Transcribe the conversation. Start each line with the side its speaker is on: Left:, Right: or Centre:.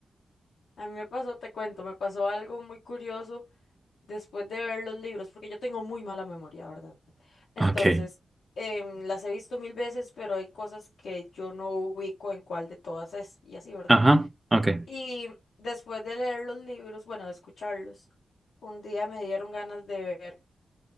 Left: A mí me pasó, te cuento, me pasó algo muy curioso después de ver los libros, porque yo tengo muy mala memoria, ¿verdad? Entonces,
Right: Ok,
Left: em, las he visto mil veces, pero hay cosas que yo no ubico en cuál de todas es, y así, ¿verdad?
Right: ajá, ok,
Left: Y después de leer los libros, bueno, de escucharlos, un día me dieron ganas de ver